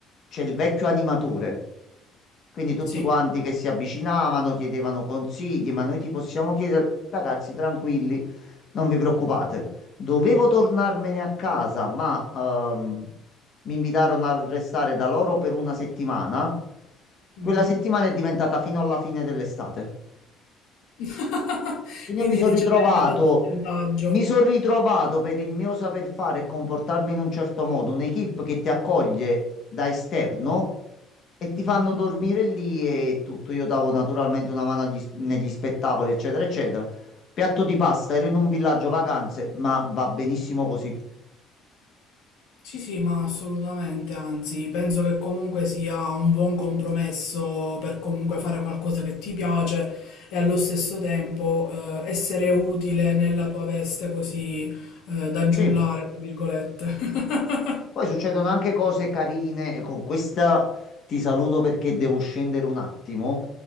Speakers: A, on the left; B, on the left.
A: c'è il vecchio animatore. Quindi tutti
B: Sì.
A: quanti che si avvicinavano chiedevano consigli, ma noi ti possiamo chiedere, ragazzi, tranquilli, non vi preoccupate. Dovevo tornarmene a casa, ma ehm, mi invitarono a restare da loro per una settimana.
B: Mhm.
A: Quella settimana è diventata fino alla fine dell'estate.
B: <laughs>
A: Quindi
B: Quindi
A: io mi sono
B: diciamo
A: ritrovato,
B: è andata a tuo vantaggio.
A: mi sono ritrovato per il mio saper fare e comportarmi in un certo modo, un'equipe che ti accoglie da esterno e ti
B: Mhm.
A: fanno dormire lì e tutto. Io davo naturalmente una mano agli s- negli spettacoli, eccetera, eccetera. Piatto di pasta, ero in un villaggio vacanze, ma va benissimo così.
B: Sì, sì, ma assolutamente, anzi, penso che comunque sia un buon compromesso per comunque fare qualcosa che ti piace e allo stesso tempo eh, essere utile nella tua veste così eh, da
A: Sì.
B: giullare, tra virgolette. <laughs>
A: Poi succedono anche cose carine e con questa ti saluto perché devo scendere un attimo.